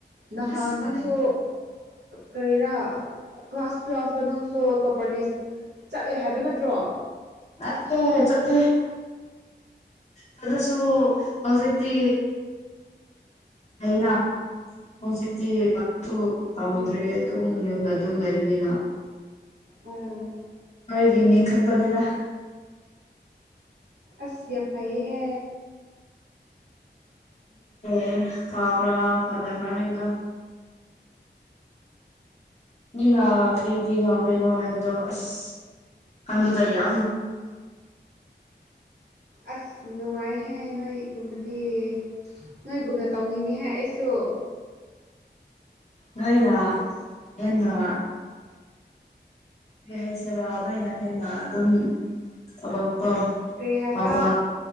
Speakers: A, on the right; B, on the left.
A: ꯅꯍꯥ
B: ꯑꯁ
A: ꯅꯪꯁꯨ
B: ꯀꯔꯤ
A: ꯀꯔꯤꯔꯥ ꯀ꯭ꯂꯥꯁ ꯇꯨꯋꯦꯜꯐꯇ ꯅꯪꯁꯨ ꯇꯣꯄꯔ ꯂꯤꯁ ꯆꯠꯂꯦ ꯍꯥꯏꯕ ꯅꯠꯇ꯭ꯔꯣ
B: ꯅꯠꯇꯦ ꯆꯠꯇ ꯆꯗꯁꯨꯣ ꯍꯧꯖꯤꯛꯛꯇ ꯍꯥꯏꯅꯥ ꯍꯧꯖꯤꯛꯇꯤ ꯁ ꯄꯝꯗ꯭ꯔꯦ
A: ꯎꯝ
B: ꯑꯗꯨꯝ ꯌꯨꯝꯗ ꯑꯗꯨꯝ ꯂꯩꯕꯅꯤꯅ
A: ꯎꯝ
B: ꯍꯣꯏꯒꯤ ꯅꯤꯡꯈꯠꯄꯅꯤꯗ
A: ꯑꯁ ꯑꯝꯐꯩꯍꯦ
B: ꯦ ꯐꯥꯕ꯭ꯔꯥ ꯐꯥꯗꯕ ꯔꯑꯦꯒ ꯃꯤꯅꯥ ꯀꯔꯤ ꯀꯔꯤ ꯉꯥꯡꯕꯅꯣ ꯍꯥꯏꯕꯗꯣ ꯑꯁ ꯍꯗ ꯇꯌꯥꯌꯥ
A: ꯑꯁ ꯅꯨꯡꯉꯥꯏꯍꯦ ꯅꯣꯏꯒꯨꯝꯕꯗꯤ ꯅꯣꯏꯒꯨꯝꯅ ꯇꯧꯅꯤꯡꯉꯦꯍꯦ ꯑꯩꯁꯨ ꯑꯣ
B: ꯅꯣꯏꯅ ꯍꯟꯅ ꯀ ꯍꯥꯏꯩꯁꯤꯔꯥ ꯑꯗꯨꯃꯥꯏꯅ ꯍꯦꯟꯅ ꯑꯗꯨꯝ ꯊꯕꯛ
A: ꯀꯔꯤ ꯍꯥꯏꯕ
B: ꯐꯥꯎꯕ